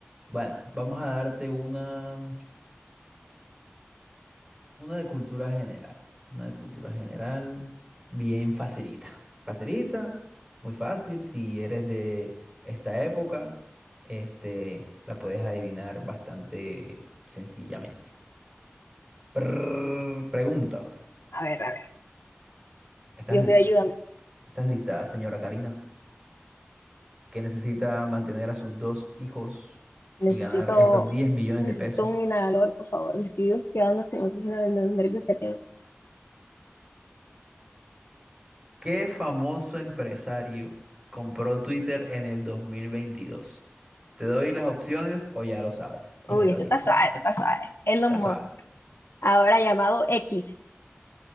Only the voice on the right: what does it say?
Bueno, vamos a darte una. Una de cultura general. Una de cultura general. Bien facilita. <laughs> Facilita, muy fácil. Si eres de esta época, este, la puedes adivinar bastante sencillamente. Prrr, pregunta.
¿Estás
lista?
¿Estás lista, señora Karina? Que necesita mantener a sus dos hijos
y ganar estos diez millones
de pesos
¿Qué famoso empresario compró Twitter en el 2022? Te doy las opciones o ya lo sabes y
me lo
dices.
La
sabes.